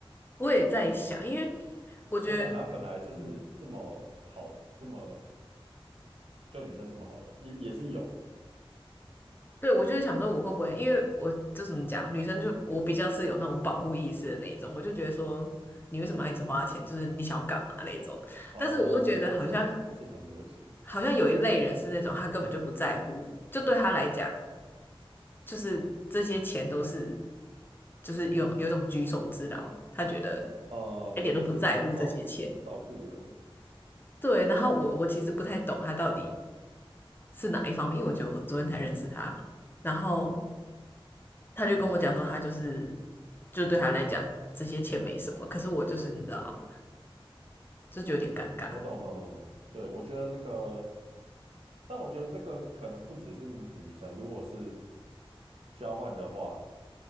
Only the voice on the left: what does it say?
我也在想，因为我觉得，
嗯，
对，我就是想说我会不会，因为我就怎么讲，女生就我比较是有那种保护意识的那一种，我就觉得说你为什么要一直花钱，就是你想要干嘛那一种。
但是我又觉得好像
好像有一类人是那种他根本就不在乎，就对他来讲。就是这些钱都是，就是有有一种举手之劳，他觉得
一点都不在乎这些钱。
对，然后我我其实不太懂他到底是哪一方面，因为我觉得我昨天才认识他，然后他就跟我讲说，他就是就对他来讲这些钱没什么，可是我就是你知道，这就有点尴尬。